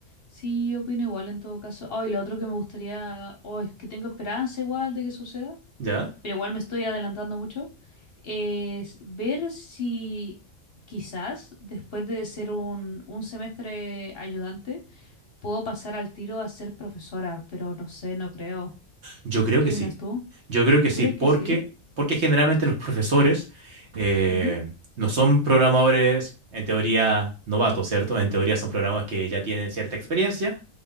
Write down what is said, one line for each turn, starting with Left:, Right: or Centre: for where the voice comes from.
Left: sí, opino igual en todo caso. Ay, lo otro que me gustaría, hoy que tengo esperanza igual de que suceda,
Right: ¿Ya?
Left: pero igual me estoy adelantando mucho, es ver si quizás después de ser un, un semestre ayudante, puedo pasar al tiro a ser profesora, pero no sé, no creo.
Right: Yo creo
Left: ¿Qué
Right: que
Left: opinas
Right: sí.
Left: tú?
Right: Yo creo que
Left: ¿Tú
Right: sí,
Left: crees
Right: porque,
Left: que sí?
Right: porque generalmente los profesores eh,
Left: Ujú,
Right: no son programadores en teoría novatos, ¿cierto? En teoría son programas que ya tienen cierta experiencia